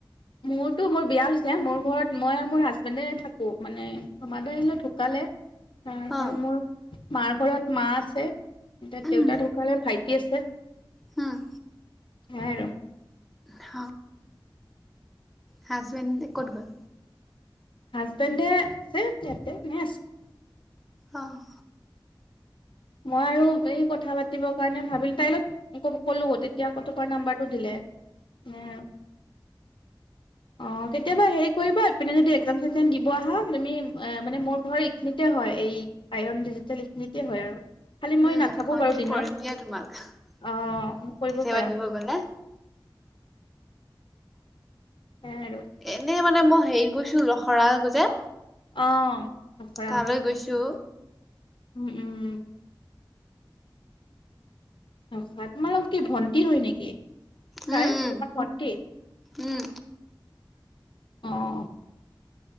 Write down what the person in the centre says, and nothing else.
অ
উম
উম
হ হাজবেণ্ড ক'ত গ'ল
আহ
উম
কনটেকট
কৰিম দিয়া তোমাক কেতিয়াবা
দিব গ'লে
এনে মানে মই হেৰিত গৈছো ৰখৰা যে
তালৈ গৈছো
উম
উম
উম